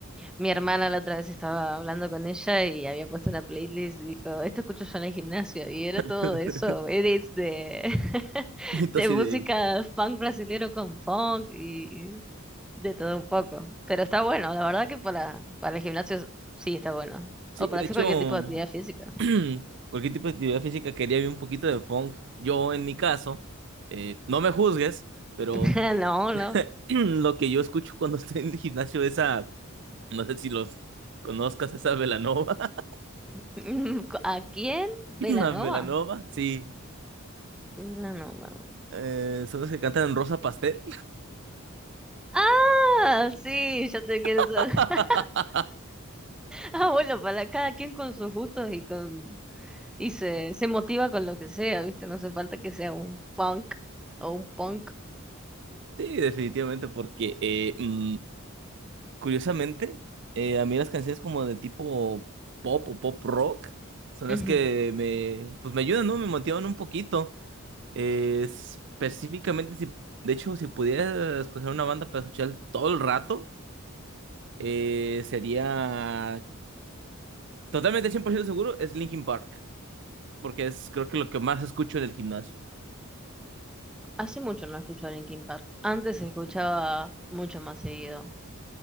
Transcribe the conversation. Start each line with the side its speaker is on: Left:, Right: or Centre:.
Centre: mi hermana la otra vez estaba hablando con ella y había puesto una playlist y dijo, esto escucho yo en el gimnasio y era
Right: <laughs>
Centre: todo eso, edits de, <laughs>
Right: Y entonces,
Centre: de música
Right: de...
Centre: funk brasilero con funk y de todo un poco. Pero está bueno, la verdad que para, para el gimnasio sí está bueno.
Right: sí,
Centre: O para
Right: de
Centre: hacer
Right: hecho,
Centre: cualquier tipo de actividad física.
Right: <clears throat> cualquier tipo de actividad física quería ver un poquito de funk. Yo, en mi caso, eh, no me juzgues, pero
Centre: <laughs> No, no.
Right: <clears throat> lo que yo escucho cuando <laughs> estoy en el gimnasio es a... No sé si los conozcas, esa Belanova. <clears throat>
Centre: <laughs> ¿A quién? Belanova.
Right: <laughs> Una Belanova, sí.
Centre: Belanova.
Right: Eh, son los que cantan en Rosa Pastel.
Centre: Ah, sí, ya te quiero
Right: <laughs>
Centre: saber. <laughs> Ah, bueno, para cada quien con sus gustos y con y se, se motiva con lo que sea, ¿viste? No hace falta que sea un funk o un punk.
Right: Sí, definitivamente, porque eh, mm, curiosamente, eh, a mí las canciones como de tipo pop o pop rock son las
Centre: Ujú.
Right: que me, pues me ayudan, ¿no? Me motivan un poquito. Eh, específicamente, si, de hecho, si pudiera escoger una banda para escuchar todo el rato, eh, sería totalmente 100% seguro, es Linkin Park, porque es creo que lo que más escucho en el gimnasio.
Centre: Hace mucho no escucho a Linkin Park. Antes se escuchaba mucho más seguido.